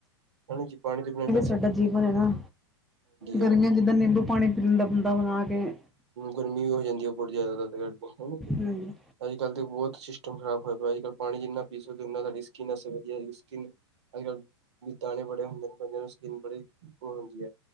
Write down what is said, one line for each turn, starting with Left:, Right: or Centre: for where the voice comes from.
Right: ਹਾਂਜੀ ਪਾਣੀ ਪੀਣ
Centre: ਸਾਡਾ ਜੀਵਨ ਹੈ ਨਾ, ਗਰਮੀਆਂ
Right: ਹਾਂ
Centre: ਜਿੱਦਾਂ ਨਿੰਬੂ ਪਾਣੀ ਪੀ ਲੈਂਦਾ ਬੰਦਾ ਬਣਾ ਕੇ
Right: ਗਰਮੀ ਵੀ ਹੋ ਜਾਂਦੀ ਹੈ ਬਹੁਤ ਜ਼ਿਆਦਾ, ਹਨਾ ਕੀ
Centre: ਹਾਂਜੀ
Right: ਅੱਜ ਕੱਲ੍ਹ ਤਾਂ ਬਹੁਤ ਸਿਸਟਮ ਸਿਸਟਮ ਖਰਾਬ ਹੋਇਆਏ ਅੱਜ ਕੱਲ, ਪਾਣੀ ਜਿਨਾ ਪੀ ਸਕ ਦੇੰ ਨਾ ਸਾਡੀ ਸਕਿਨ ਵਾਸਤੇ ਵਧੀਆ ਅੱਜ ਕੱਲ੍ਹ ਦਾਣੇ ਬੜੇ ਹੁੰਦੇ ਨੇ, ਬੰਦਿਆਂ ਨੂੰ ਸਕਿਨ ਬੜੀ ਹੋਰ ਹੁੰਦੀ ਹੈ